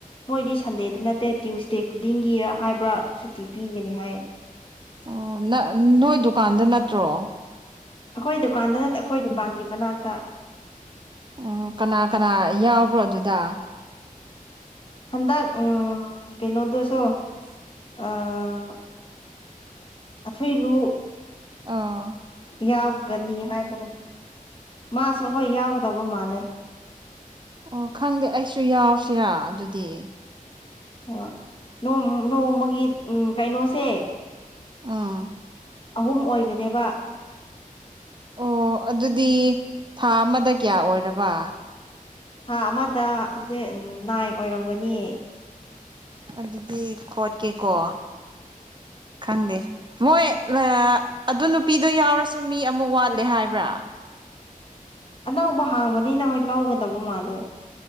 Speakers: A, on the left; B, on the right.
A: ꯃꯣꯏꯗꯤ ꯁꯟꯗꯦꯗ ꯅꯠꯇꯦ ꯇ꯭ꯋꯨꯁꯗꯦ ꯈꯨꯗꯤꯡꯒꯤ ꯍꯥꯏꯕ꯭ꯔꯥ ꯁꯨꯇꯤ ꯄꯤꯒꯅꯤ ꯍꯥꯏ
B: ꯑꯣ ꯅꯪ ꯅꯣꯏ ꯗꯨꯀꯥꯟꯗ ꯅꯠꯇ꯭ꯔꯣ
A: ꯑꯩꯈꯣꯏ ꯗꯨꯀꯥꯟꯗ ꯅꯠ ꯑꯩꯈꯣꯏ ꯗꯨꯀꯥꯟꯒꯤ ꯃꯅꯥꯛꯇ
B: ꯑꯣ ꯀꯅꯥ ꯀꯅꯥ ꯌꯥꯎꯕ꯭ꯔꯣ ꯑꯗꯨꯗ
A: ꯍꯟꯗꯛ ꯎꯝ ꯀꯩꯅꯣꯗꯨꯁꯨ ꯑꯥ ꯑꯊꯨꯏꯂꯨ
B: ꯑꯥꯎ
A: ꯌꯥꯎꯒꯅꯤ ꯍꯥꯏꯕꯒꯨꯝ ꯃꯥꯁꯨ ꯍꯣꯏ ꯌꯥꯎꯒꯗꯧꯕ ꯃꯥꯜꯂꯦ
B: ꯑꯣ ꯈꯪꯗꯦ ꯑꯩꯁꯨ ꯌꯥꯎꯁꯤꯔꯥ ꯑꯗꯨꯗꯤ
A: ꯑ ꯅꯣꯡ ꯅꯣꯡꯃꯒꯤ ꯎꯝ ꯀꯩꯅꯣꯁꯦ
B: ꯎꯝ
A: ꯑꯍꯨꯝ ꯑꯣꯏꯕꯅꯦꯕ
B: ꯑꯣ ꯑꯗꯨꯗꯤ ꯊꯥ ꯑꯃꯗ ꯀꯌꯥ ꯑꯣꯏꯔꯕ
A: ꯊꯥ ꯑꯃꯗ ꯗꯦ ꯅꯥꯏꯟ ꯑꯣꯏꯔꯝꯒꯅꯤꯌꯦ
B: ꯑꯗꯨꯗꯤ ꯈꯣꯠꯀꯦꯀꯣ ꯈꯪꯗꯦ ꯃꯣꯏ ꯑꯗꯨ ꯅꯨꯄꯤꯗꯨ ꯌꯥꯎꯔꯁꯨ ꯃꯤ ꯑꯃꯨꯛ ꯋꯥꯠꯂꯦ ꯍꯥꯏꯕ꯭ꯔꯥ
A: ꯑꯅꯧꯕ ꯍꯥꯡꯕꯅꯤꯅ ꯍꯣꯏ ꯂꯧꯒꯗꯕ ꯃꯥꯜꯂꯦ